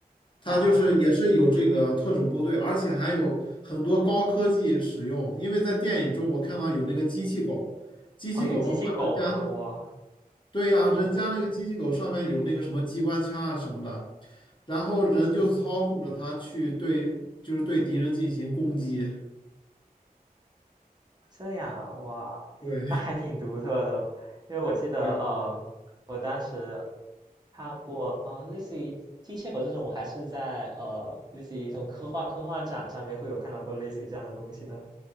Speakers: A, on the left; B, on the right.
A: 它就是也是有这个特种部队，
B: 啊
A: 而且还有很多高科技使用。因为在电影中我看到有那个机器狗，机器狗的话，
B: 哦，有机器狗吗？
A: 人家就
B: 我
A: 对呀、人家那个机器狗上面有那个什么机关枪啊什么的，
B: 我。
A: 然后人就操控着它去对，
B: 哦，
A: 就是对敌人进行攻击。
B: 这样啊，哇，
A: 对 <laughs>
B: 那还挺独特的。因为我记得，
A: 对，
B: 呃，我当时看过，呃，类似于机械狗这种，我还是在呃，类似于这种科幻科幻展上面会有看到过类似于这样的东西的，